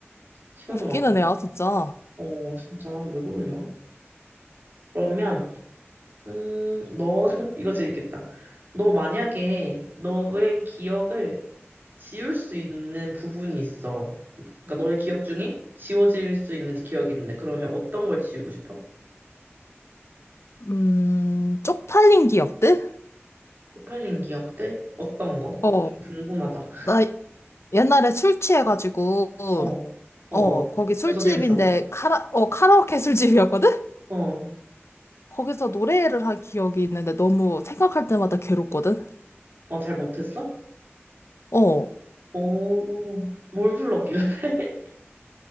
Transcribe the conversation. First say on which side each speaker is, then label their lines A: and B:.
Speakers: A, on the right; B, on the left.
A: 시간도
B: 웃기는
A: 많다.
B: 애야, 진짜.
A: 어, 진짜, 왜 그러냐? 그러면, 음, 너, <laughs> 이거 재밌겠다. 너 만약에 너의 기억을 지울 수 있는 부분이 있어. 그러니까 너의 기억 중에 지워질 수 있는 기억이 있는데 그러면 어떤 걸 지우고 싶어?
B: 음, 쪽팔린 기억들?
A: 쪽팔린 기억들? 어떤 거?
B: 어,
A: 좀 궁금하다.
B: 나 옛날에 술 취해가지고,
A: 어, 어, 어.
B: 어, 거기 술집인데,
A: 벌써 재밌어.
B: 카라, 어, 카라오케 술집이었거든?
A: 어,
B: 거기서 노래를 한 기억이 있는데 너무 생각할 때마다 괴롭거든?
A: 어, 잘 못했어?
B: 어,
A: 오, 뭘 불렀길래? <laughs>